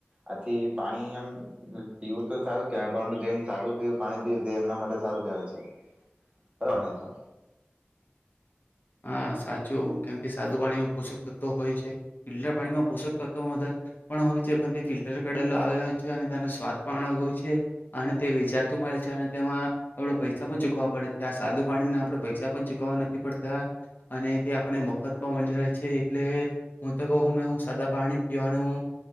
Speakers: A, on the right; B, on the left.
A: આથી પાણી એમ પીવું તો સારું કેવાય જ, પરંતુ જેમ સાદું પીવું પાણી પીવું તે એમના માટે સારું કેહેવાય છે, બરાબર ને એ તો.
B: હા સાચું કેમ કે સાદુ પાણીમાં પોષક તત્વો હોય છે. ફિલ્ટર પાણીમાં પોષક તત્વો મદદ પણ હોય છે, પણ તે ફિલ્ટર કરેલા આવેલા હોય છે, અને તેનો સ્વાદ પણ અલગ હોય છે અને તે વેચાતું મળે છે. અને તેમાં આપણે પૈસા પણ ચૂકવવા પડે છે. આ સાદુ પાણીને આપણે પૈસા પણ ચૂકવવા નથી પડતા. અને તે આપણને મફતમાં મલી રહે છે, એટલે હું તો કહું મે સાદા પાણી જ પીવાનું